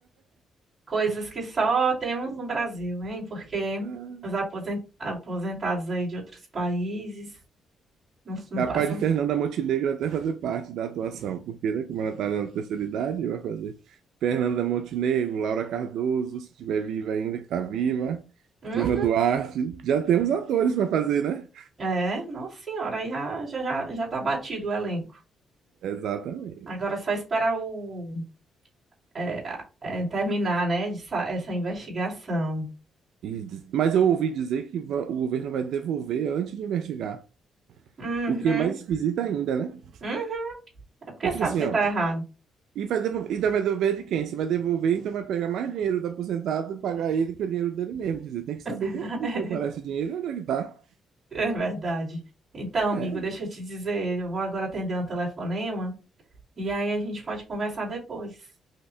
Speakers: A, on the right (about 25°); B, on the right (about 75°).
A: coisas que só temos no Brasil, hein? Porque
B: <laughs>
A: os aposen- aposentados aí de outros países não, não
B: Capaz
A: passam.
B: de Fernanda Montenegro até fazer parte da atuação, porque, né, como ela está na terceira idade, vai fazer Fernanda Montenegro, Laura Cardoso, se estiver viva ainda, que está viva,
A: Hum?
B: Lima Duarte. Já temos atores para fazer, né?
A: É, nossa senhora, aí já, já, já já tá batido o elenco.
B: Exatamente.
A: Agora é só esperar o, é, é, terminar, né, de sa- essa investigação.
B: E diz- mas eu ouvi dizer que va- o governo vai devolver antes de investigar.
A: Uhum,
B: O que é mais esquisito ainda, né?
A: uhum, é porque
B: E tipo
A: sabe
B: assim,
A: que
B: ó.
A: tá errado.
B: E vai devolver, ainda vai devolver de quem? Se vai devolver, então vai pegar mais dinheiro do aposentado e pagar ele que é o dinheiro dele mesmo. Quer dizer, tem que saber
A: <laughs>
B: quem, onde foi parar esse dinheiro e onde é que tá.
A: É verdade. Então, amigo,
B: É,
A: deixa eu te dizer, eu vou agora atender um telefonema e aí a gente pode conversar depois.